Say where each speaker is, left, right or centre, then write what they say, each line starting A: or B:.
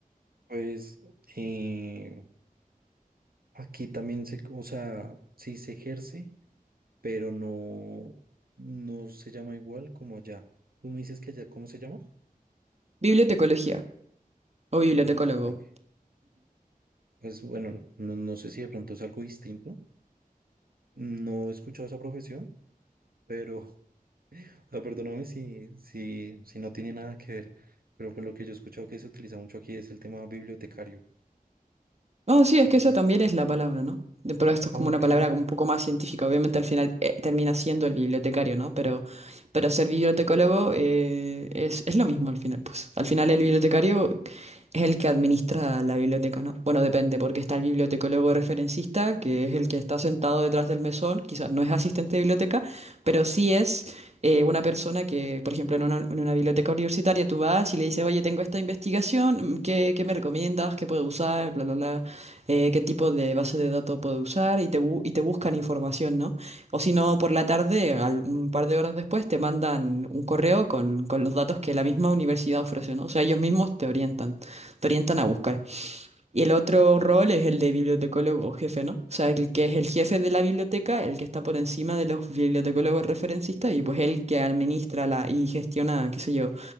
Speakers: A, on the right; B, on the right.
A: Pues eh, aquí también se, o sea, sí se ejerce, pero no, no se llama igual como allá. Tú me dices que allá, ¿cómo se llama?
B: Bibliotecología o bibliotecólogo.
A: Bibliotecología. Pues bueno, no, no sé si de pronto es algo distinto. No he escuchado esa profesión, pero O sea, perdóname si, si, si no tiene nada que ver, pero por lo que yo he escuchado que se utiliza mucho aquí es el tema bibliotecario.
B: Oh, sí, es
A: Nos,
B: que esa también es la palabra, ¿no? De- Pero esto es
A: ah,
B: como
A: ok,
B: una palabra como un poco más científica. Obviamente al final eh, termina siendo el bibliotecario, ¿no? Pero, pero ser bibliotecólogo eh, es, es lo mismo al final, pues. Al final el bibliotecario es el que administra la biblioteca, ¿no? Bueno, depende, porque está el bibliotecólogo referencista, que es el que está sentado detrás del mesón, quizás no es asistente de biblioteca, pero sí es eh, una persona que, por ejemplo, en una, en una biblioteca universitaria tú vas y le dices, oye, tengo esta investigación, ¿qué, qué me recomiendas? ¿Qué puedo usar? Bla, bla, bla eh, qué tipo de base de datos puedo usar y te, bu- y te buscan información, ¿no? O si no, por la tarde, al- un par de horas después, te mandan un correo con, con los datos que la misma universidad ofrece, ¿no? O sea, ellos mismos te orientan, te orientan a buscar. Y el otro rol es el de bibliotecólogo jefe, ¿no? O sea, el que es el jefe de la biblioteca, el que está por encima de los bibliotecólogos referencistas y pues el que administra la, y gestiona, qué sé yo